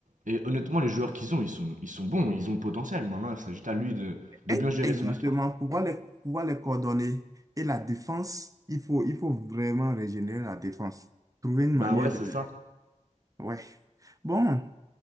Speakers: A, on the right (about 80°); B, on the right (about 25°).
A: Et honnêtement, les joueurs qu'ils ont, ils sont, ils sont bons, ils ont le potentiel. Maintenant, il s'agit à lui de, de
B: Et-
A: bien gérer
B: Exactement,
A: son histoire.
B: pouvoir les, pouvoir les coordonner. Et la défense, il faut, il faut vraiment régénérer la défense. Trouver une
A: Bah
B: manière
A: ouais, c'est
B: de...
A: ça.
B: Ouais. Bon,